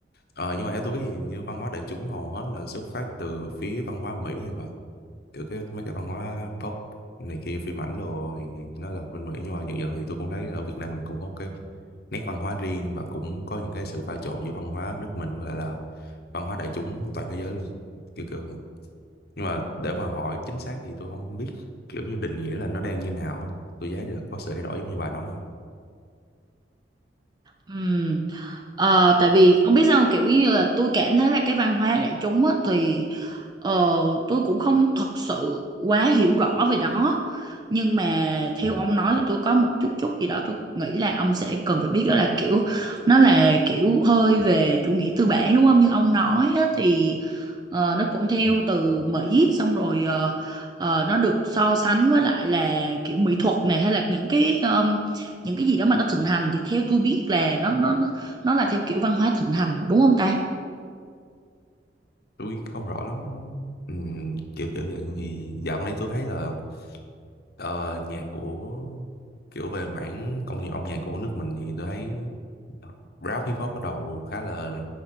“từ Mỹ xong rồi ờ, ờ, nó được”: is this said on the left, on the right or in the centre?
Right